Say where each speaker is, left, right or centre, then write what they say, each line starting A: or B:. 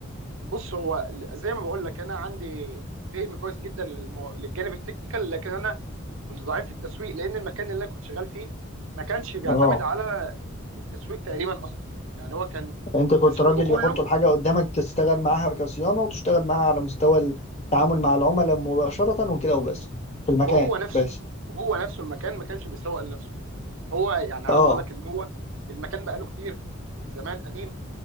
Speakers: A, on the right (about 70°); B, on the left (about 30°).
A: بص هو زي ما بقول لك انا عندي فهم كويس جدا للمو... للجانب التكنيكال لكن انا كنت ضعيف في التسويق لان المكان اللي انا كنت شغال فيه ما كانش بيعتمد
B: اه
A: على التسويق تقريبا اصلا يعني هو كان
B: انت كنت
A: تسويقه
B: راجل
A: كله
B: يحطوا الحاجه قدامك تشتغل معاها كصيانه وتشتغل معاها على مستوى التعامل مع العملاء مباشره وكده وبس في المكان
A: وهو نفسه
B: بس
A: وهو نفسه المكان ما كانش بيسوق لنفسه هو يعني عاوز
B: اه
A: اقول لك ان هو المكان بقاله كتير من زمان قديم